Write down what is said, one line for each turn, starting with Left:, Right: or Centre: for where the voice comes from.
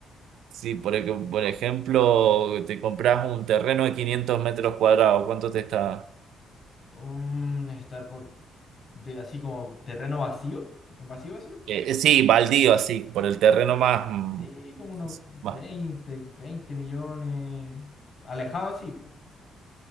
Right: Sí, por, ej- por ejemplo, te compras un terreno de 500 metros cuadrados, ¿cuánto te está?
Left: Mm, estar por, de, así como terreno vacío, vacío, vacío.
Right: Eh, eh, sí, baldío, así, por el terreno más, mm,
Left: Sí, como unos veinte
Right: más
Left: veinte millones. Alejado, sí, po.